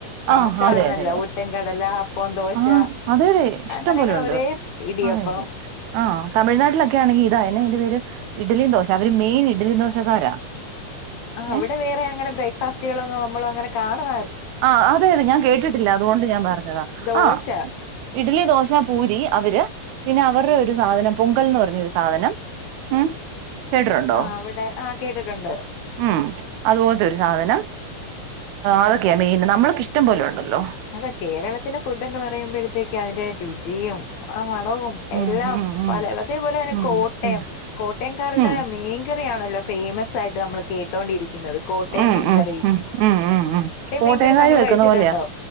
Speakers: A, on the left; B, on the right.
A: നമക്കാണല്ലോ
B: ആഹ് അതെ അതെ
A: ഊട്ടം, കടല, അപ്പം, ദോശ
B: ആഹ് അതെ അതെ ഇഷ്ടം
A: അങ്ങനെ
B: പോലെ
A: അങ്ങനെ
B: ഉണ്ട്
A: ഒരേ ഇടിയപ്പം
B: അതെ അതെ ആഹ് തമിഴ്നാട്ടിലൊക്കെ ആണെങ്കി ഇതായനെ അയിന്റെ പേര് ഇഡ്ലിം ദോശ അവര് മെയിൻ ഇഡലി ദോശക്കാരാ
A: ആഹ് അവിടെ
B: ഏഹ്
A: വേറെ അങ്ങനെ ബ്രേക്ക്ഫാസ്റ്റുകളെന്നും നമ്മള് അങ്ങനെ കാണാ
B: ആഹ് അതെ അതെ ഞാൻ കേട്ടിട്ടില്ല അതുകൊണ്ട് ഞാൻ പറഞ്ഞതാ
A: ദോശ
B: ആഹ് ഇഡ്ലി, ദോശ, പൂരി അവര് പിന്നെ അവരുടെ ഒരു സാധനം പൊങ്കൽന്ന് പർഞ്ഞൊരു സാധനം ഉം കേട്ടിട്ടുണ്ടോ
A: ആഹ് അവടെ ആഹ് കേട്ടിട്ടുണ്ട്
B: ഉം അതു പോത്തെരു സാധനം അതൊക്കെയാ മെയിന് നമ്മൾക്ക് ഇഷ്ടം പോലെണ്ടല്ലോ
A: അതാ കേരളത്തിലെ ഫുഡ്ന്ന് പറയുമ്പഴത്തേക്ക് അതിന്റെ രുചിയും ആ മണവും
B: ഉം
A: എല്ലാം
B: ഉം ഉം
A: പല അതേപോലെ തന്നെ
B: ഉം
A: കോട്ടയം
B: ഉം
A: കോട്ടയംകാരുടെ
B: ഉം
A: മീൻകറിയാണല്ലോ ഫേമസ് ആയിട്ട് നമ്മൾ കേട്ടോണ്ടിരിക്കുന്നത്. കോട്ടയം
B: ഉം
A: മീൻകറി
B: ഉം ഉം ഉം കോട്ടയം
A: മീൻകറി
B: ക്കാര്
A: താങ്കൾ
B: വെക്കുന്ന
A: കഴിച്ചിട്ടുണ്ടോ
B: പോലെയ